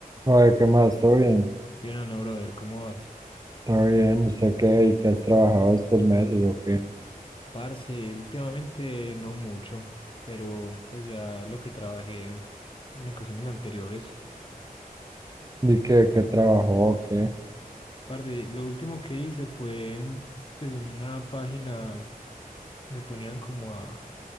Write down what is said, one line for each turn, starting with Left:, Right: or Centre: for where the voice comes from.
Right: Oye, ¿qué más? ¿Todo bien?
Left: Bien, Ana, brother, ¿cómo vas?
Right: ¿Todo bien? ¿Usted qué? ¿Y qué has trabajado estos meses o qué?
Left: Parce, últimamente no mucho, pero pues ya lo que trabajé en ocasiones anteriores.
Right: ¿Y qué, qué trabajó o qué?
Left: Parce, lo último que hice fue un- pues en una página me ponían como a